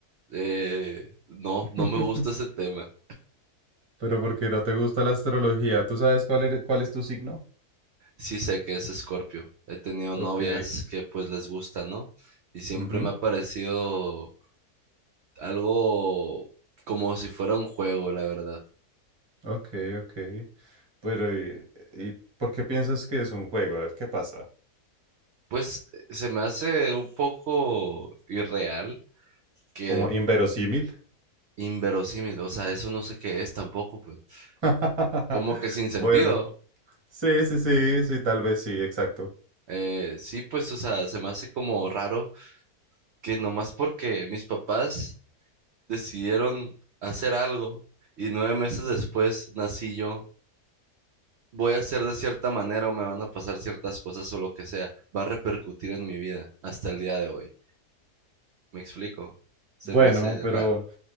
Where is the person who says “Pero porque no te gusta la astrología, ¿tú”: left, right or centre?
Right